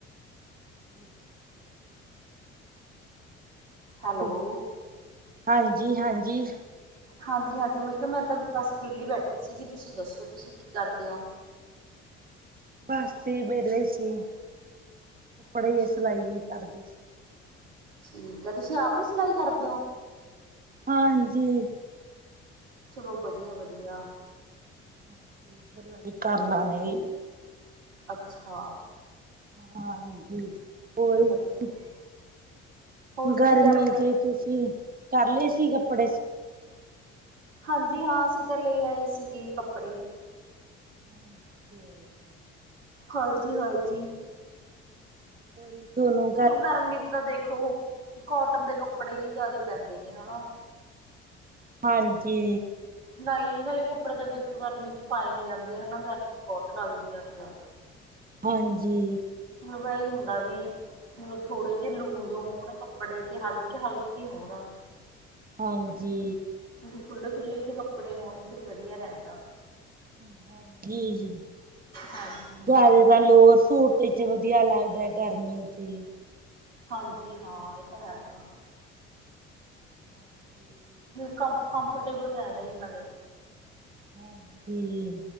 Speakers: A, on the right; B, on the right.
A: ਹਮ ਸਬਜ਼ੀ
B: ਹੈਲੋ
A: ਹੋਰ, ਹਾਂਜੀ- ਹਾਂਜੀ
B: ਹਾਂਜੀ -ਹਾਂਜੀ ਮੈਂ ਕਿਹਾ ਮੈਂ ਤਾਂ ਬਸ ਵਿਹਲੀ ਬੈਠੀ ਸੀਗੀ ਤੁਸੀਂ ਦੱਸੋ ਤੁਸੀਂ ਕੀ ਕਰਦੇ ਓ?
A: ਬਸ ਵਿਹਲੇ ਸੀ, ਕੱਪੜੇ
B: ਅੱਛਾ
A: ਜੇ ਸਿਲਾਈ ਕਰਦੀ ਸੀ।
B: ਠੀਕ ਐ, ਤੁਸੀਂ ਆਪ ਹੀ ਸਿਲਾਈ ਕਰਦੇ ਓ।
A: ਹਾਂਜੀ
B: ਚਲੋ ਵਧੀਆ- ਵਧੀਆ
A: ਹਾਂਜੀ, ਸਿਲਾਈ ਕਰ ਲੈਣੀ
B: ਅੱਛਾ
A: ਹਾਂਜੀ ਹੋਰ
B: ਵਧੀਆ- ਵਧੀਆ ਹੋਰ ਤੁਸੀਂ
A: ਗਰਮੀ
B: ਗਰਮੀਆਂ
A: 'ਚ ਤੁਸੀਂ, ਕਰ ਲਏ ਸੀ ਕੱਪੜੇਸ
B: ਹਾਂਜੀ ਹਾਂ, ਅਸੀਂ ਤੇ ਲੈ ਆਏ ਸੀਗੇ ਕੱਪੜੇ
A: ਅੱਛਾ ਜੀ
B: ਹਾਂਜੀ -ਹਾਂਜੀ
A: ਉਹੀ ਦੋਨੋਂ
B: ਹੁਣ ਗਰਮੀ 'ਚੋਂ ਤਾਂ ਦੇਖੋ, ਕੋਟਨ ਦੇ ਕੱਪੜੇ ਹੀ ਜ਼ਿਆਦੇ ਪੈਂਦੇ ਨੇ ਹਨਾ
A: ਹਾਂਜੀ
B: ਨਹੀਂ ਇਹ ਵਾਲੇ ਕੱਪੜੇ ਤਾਂ ਦੇਖੋ ਗਰਮੀ 'ਚ ਪਾਏ ਨੀ ਜਾਂਦੇ ਹਨਾ, ਗਰਮੀ ਬਹੁਤ ਲੱਗਦੀ ਆ ਫੇਰ
A: ਹਾਂਜੀ
B: ਵਈ ਹੁੰਦਾ ਵੀ ਹੋਰ ਥੋੜੇ ਜੇ ਲੂਜ ਹੋਣ, ਕੱਪੜੇ ਤੇ ਹਲਕੇ- ਹਲਕੇ ਹੋਣ।
A: ਹਾਂਜੀ
B: ਖੁੱਲ੍ਹੇ ਖੁੱਲ੍ਹੇ ਜੇ ਕੱਪੜੇ ਹੋਣ ਫਿਰ ਵਧੀਆ ਰਹਿੰਦਾ
A: <unintelligible> ਜ਼ਿਆਦਾ
B: ਹਾਂਜੀ ਹਾਂ।
A: ਤੇ ਲੋਰ ਸੂਟ <unintelligible> ਚ ਵਧੀਆ ਲੱਗਦਾ ਗਰਮੀ ਚ
B: ਹਾਂਜੀ ਹਾਂ ਇਹ ਤਾਂ ਹੈਗਾ
A: ਹਾਂਜੀ <inaudible>
B: ਕਮ ਕਫ ਕੰਫੇਟੇਬਲ ਰਹਿੰਦਾ ਜੀ <unintelligible> ਨਾਲੇ
A: ਹਾਂਜੀ